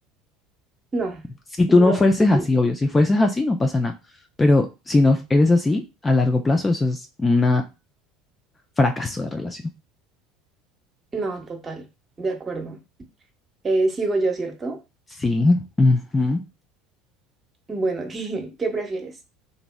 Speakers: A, on the right; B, on the left.
A: No,
B: Si tú
A: yo
B: no
A: lo
B: fuerces
A: veo así.
B: así, obvio, si fuerces así no pasa nada, pero si no eres así, a largo plazo eso es un fracaso de relación.
A: No, total, de acuerdo. Eh, sigo yo, ¿cierto?
B: Sí. ujú.
A: Bueno, <laughs> ¿qué, qué prefieres?